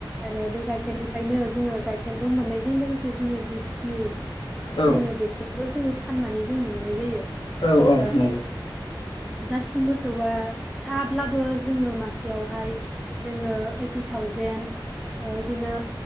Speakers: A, in the centre; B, on the left.
A: आरो बे गाइखेरनिफ्रायनो जोङो गाइखेरबो मोननायजों लोगोसे से जोङो जि घिउ
B: औ
A: जोङो बेखौबो जोङो फाननानै जों मोननाय जायो
B: औ औ
A: ओ
B: नंगौ
A: जारसि मोसौआ साब्लाबो जोङो मासेयावहाय जोङो ओइटि थावजेन बिदिनो